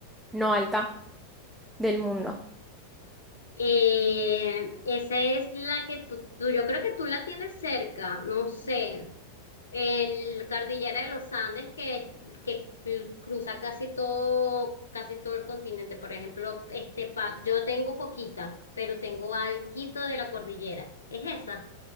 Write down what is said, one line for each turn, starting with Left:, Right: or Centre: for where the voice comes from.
Centre: no alta, del mundo?
Left: Eh, esa es la que tú, tú- yo creo que tú la tienes cerca, no sé. El Cordillera de los Andes que, que cruza casi todo, casi todo el continente. Por ejemplo, este pa- yo tengo poquita, pero tengo alguito de la cordillera. Es esa.